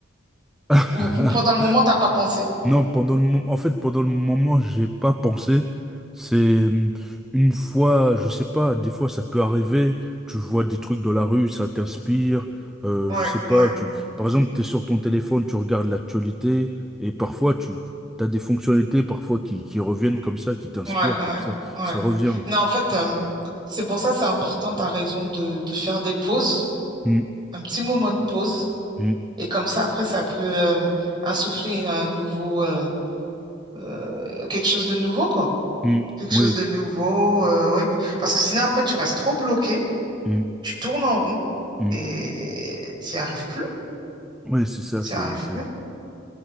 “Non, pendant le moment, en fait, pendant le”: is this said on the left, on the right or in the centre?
Centre